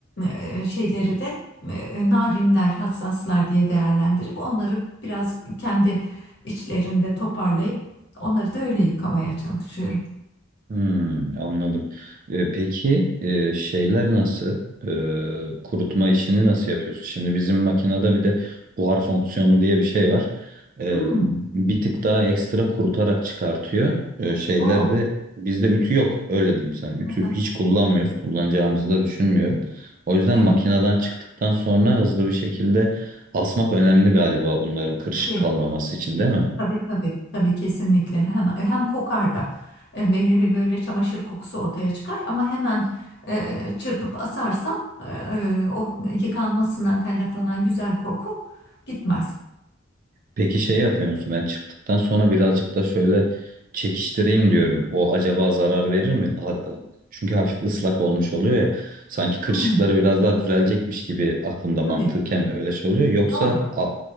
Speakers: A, on the left; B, on the right.
A: e, şeyleri de e, narinler, hassaslar diye değerlendirip onları biraz kendi içlerinde toparlayıp onları da öyle yıkamaya çalışıyorum.
B: Hmm, anladım. Ee, peki e, şeyler nasıl? Ee, kurutma işini nasıl yapıyorsun? Şimdi bizim makinede bir de buhar fonksiyonu diye bir şey var. Ee,
A: Hmm,
B: bir tık daha ekstra kurutarak çıkartıyor. Ee, şeylerde
A: o.
B: bizde ütü yok öyle diyeyim sana. Ütü
A: o da-
B: hiç kullanmıyoruz. Kullanacağımızı
A: o da-
B: da düşünmüyorum. O yüzden
A: Evet,
B: makineden çıktıktan sonra hızlı bir şekilde asmak önemli galiba bunların kırışık
A: tabii,
B: kalmaması için değil mi?
A: tabii, tabii, tabii kesinlikle. Hem, hem kokar da. E, belirli bir böyle çamaşır kokusu ortaya çıkar ama hemen e, çırpıp asarsam e, e, o yıkanmasından kaynaklanan güzel koku gitmez.
B: Peki şey yapıyor musun? Ben çıktıktan sonra birazcık da şöyle çekiştireyim diyorum. O acaba zarar verir mi? Ha- Çünkü hafif ıslak olmuş oluyor ya. Sanki kırışıkları
A: Hmm,
B: biraz daha düzelecekmiş gibi aklımda mantıken
A: tabii,
B: öyle şey oluyor. Yoksa
A: doğru.
B: a,